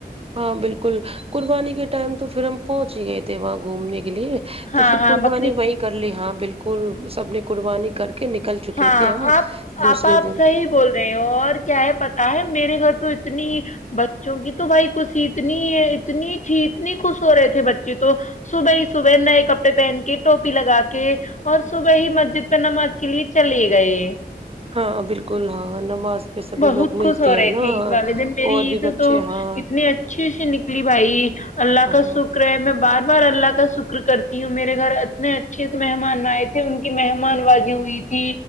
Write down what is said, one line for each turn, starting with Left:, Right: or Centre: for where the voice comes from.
Right: ہاں بالکل قربانی کے ٹائم تو پھر ہم پہن ہی گئے تھے وہاں گھومنے کے لیے
Left: ہاں
Right: تو پھر
Left: ہاں
Right: قربانی
Left: بکری
Right: نے وہیں کر لی ہاں بالکل سب نے قربانی کر <unintelligible> چکے
Left: ہاں
Right: تھے ہم
Left: آپ
Right: دوسرے
Left: آپ آپ
Right: دن
Left: صحی بول رہے ہو اور کیا ہے پتا آ میرے گھر تو اتنی بچوں کی تو بھائی خوشی اتنی اتنی تھی اتنی خوش ہو رہے تھے بچے تو صبح ہی صبح نئے ک <unintelligible> کپڑے پہن کے ٹوپی لگا کے اور صبح ہی مسجد پہ نماز کے لیے چلی گئی <unintelligible>
Right: ہاں بالکل ہاں ہ نماز پہ سبھی
Left: بہت
Right: لوگ ملتے
Left: خوش ہو
Right: ہیں
Left: رہے
Right: نا
Left: تھھی عید والے دن میری
Right: اور
Left: عید
Right: بھی بچے
Left: تو
Right: ہاں
Left: اتنی اچھی سے ن لی بھائی <unintelligible> اللہ
Right: ہاں
Left: کا شکر ہے میں بار <unintelligible> بار اللہ کا شکر کرتی ہوں میرے گھر اتنے اچھے سے مہمان آئے تھے ان کی مہمان بازی ہوئی تھی